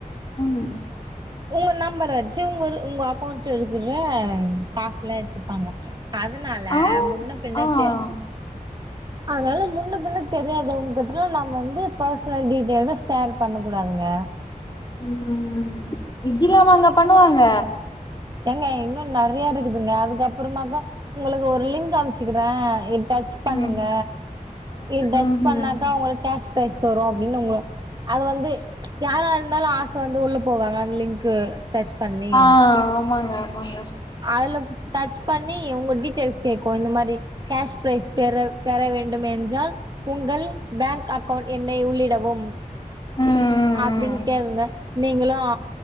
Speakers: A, on the left; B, on the right.
A: ம்
B: உங்க நம்பர வச்சு இவுங் ஒரு உங்க அக்கௌண்ட்ல இருக்கிற காசுல்லா எட்த்துப்பாங்க அதுனால
A: ஆ
B: முன்ன பின்ன
A: ஆ
B: கே அதுனால முன்ன பின்ன தெரியாதவ்ங்கிட்டல்லா நாம வந்து பர்ஸ் னல் டீடெய்ல்லா ஷேர் பண்ணக்கூடாதுங்க
A: ம் இப்டிலாமா அவுங்க பண்ணுவாங்க
B: ஏங்க இன்னு நெறையா இருக்குதுங்க அதுக்கப்பறமாக்க உங்களுக் ஒரு லிங்க் அம்ச்சசிக்கறே இத் டச் பண்ணுங்க
A: ம்
B: இத் டச்
A: ம்
B: பண்ணாக்கா
A: ம்
B: உங்ளு க் கேஷ் ப்ரைஸ் வரு அப்டின் உங்கள அது வந்து யாரா இருந்தாலும் ஆச வந்து உள்ள போவாங்க அந்த லிங்க்கு டச் பண்ணி
A: ஆ ஆமாங்க ஆமாங்க
B: அதுல டச் பண்ணி உங்க டிடெய்ல்ஸ் கேக்கும் இந்த மாரி கேஷ் ப்ரைஸ் பெற பெற வேண்டும் என்றால் உங்கள் பேங்க் அக்கவுண்ட கவுண்ட் எண்ணை உள்ளிடவும்
A: ம்
B: அப்படின்னு கேக்குங்க நீங்களும்